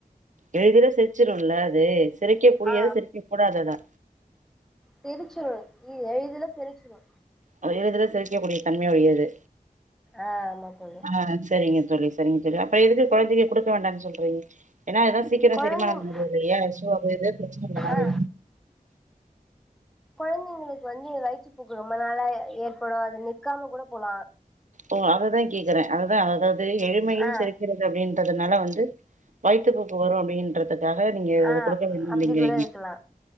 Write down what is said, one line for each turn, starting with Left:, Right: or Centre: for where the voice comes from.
Right: எளிதில செர்ச்சுருல அது செரிக்க கூடியது
Centre: ஆ
Right: செரிக்க கூடாததா
Centre: செரிச்சிரு இ எளிதுல செருச்சுரு
Right: அது எளிதுல செரிக்கக்கூடிய தன்மை உடையது
Centre: அ ஆமா தோழி
Right: ஆ செரிங்க தோழி செரிங்க தோழி அப்ற எதுக்கு கொழந்தைக குடுக்க வேண்டானு சொல்றீங் ஏன்னா அதா சீக்கிர
Centre: கொழந்தைங்
Right: செரிமானம் <unintelligible> ல்லையா சோ அதுது பிரச்சன பண்ணாது
Centre: ஆ கொழந்தைங்களுக்கு வந்து வயிற்று பூக்கு ரொம்ப நாளா எ ஏற்படு அது நிக்காம கூட போலா
Right: ஓ அததா கேக்குற அதுதா அதாது எளிமையில்
Centre: ஆ
Right: செரிக்கிற து அப்டின்றதுனால வந்து வயிற்று போக்கு வரு அப்டின்றது ரக நீங்க
Centre: ஆ
Right: குடுக்க வேண்டாங்றிங்கறிங்க
Centre: அப்டி கூட இருக்கலா